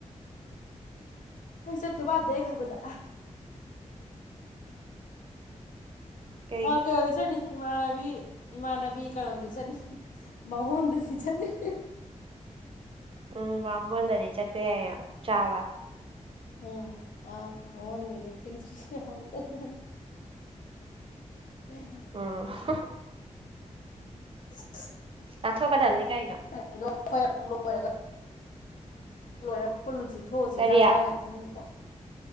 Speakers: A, on the left; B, on the right.
A: ꯍꯣꯏ ꯆꯠꯇꯧ ꯃꯟꯗꯦ ꯑꯩ ꯈꯟꯕꯗ
B: ꯀꯩ
A: ꯀꯩꯅꯣ ꯆꯠꯅꯤ ꯏꯃꯥꯟꯅꯕꯤ ꯏꯃꯥꯟꯅꯕꯤ ꯀꯩꯅꯣꯟꯗꯗꯤ ꯆꯠꯅꯤ ꯕꯃꯣꯟꯗꯗꯤ ꯆꯠꯅꯤ
B: ꯎꯝ ꯕꯃꯣꯟꯗꯗꯤ ꯆꯠꯄ ꯌꯥꯏꯕ ꯆꯥꯕ
A: ꯎꯝ ꯑꯥ ꯕꯃꯣꯟꯗꯗꯤ ꯈꯔꯦꯆꯤ ꯆꯥꯕ ꯆꯠꯅꯤ <unintelligible>
B: ꯎꯝ
A: <inaudible>
B: ꯆꯥꯊꯣꯛꯒꯗꯧꯅꯤ ꯀꯩꯅꯣ꯫
A: <unintelligible> ꯂꯣꯏꯔ ꯄꯨꯨꯜꯂꯨꯁꯦ ꯊꯣꯛꯎꯁꯤꯒ
B: ꯀꯔꯤ
A: ꯍꯥꯏꯔꯒ ꯈꯪꯕꯀꯣ